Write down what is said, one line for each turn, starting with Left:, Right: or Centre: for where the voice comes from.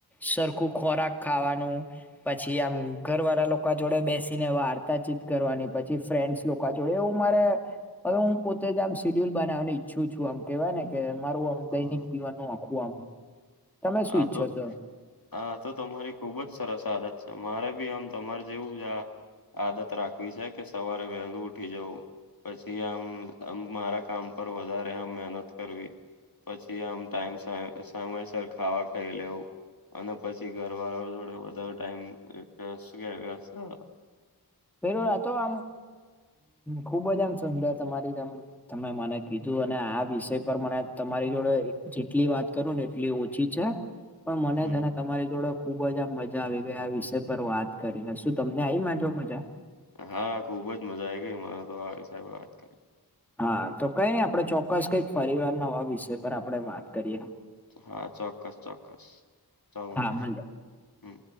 Centre: સરખું ખોરાક ખાવાનું. પછી આમ ઘર વાળા લોકો જોડે બેસીને વાર્તાચીત કરવાની પછી ફ્રેન્ડ્સ લોક. જોડે એવું મારે હવે હું પોતે જ આમ સેડ્યુલ બનાવાની ઈચ્છું છું આમ કેવાય ને કે. મારું આમ
Left: હા
Centre: દૈનિક જીવન નું આખું આમ. તમે શું
Left: આતો.
Centre: ઈચ્છો છો
Left: હા આતો તમારી ખુબ જ સરસ આદત છે મારે ભી આમ તમારે જેવું આ. આદત રાખવી છે કે સવારે વહેલું ઉઠી જવું. પછી આમ આમ મારા કામ પર વધારે આમ મહેનત કરવી. પછી આમ ટાઈમ સમયસર ખાવા ખાઈ લેવું. અને પછી ઘર વાળા જોડે વધારે ટાઈમ કે શું કેવાય વ.
Centre: પેલું આતો આમ ખુબ જ આમ સુંદર તમારી તમ. તમે મને કીધું અને આ વિષય પર મને તમારી જોડે જેટલી વાત. કરું ને એટલી ઓછી છે પણ મને
Left: હમ
Centre: છેને તમારી જોડે. ખુબ જ આમ મજા આવી ગઈ આ વિષય પર વાત કરીને શું તમને આઈ મારી જોડ મજા.
Left: હા ખુબ જ મજા આઈ ગઈ મને તો આ વિષય વાત કરી.
Centre: હા તો કઈ નઈ આપડે ચોક્કસ કઈક ફરીવાર નવા વિષય પર આપડે વાત. કરીએ
Left: હા ચોક્કસ ચોક્કસ ચાલો
Centre: હા
Left: મળીએ
Centre: મલે
Left: હમ.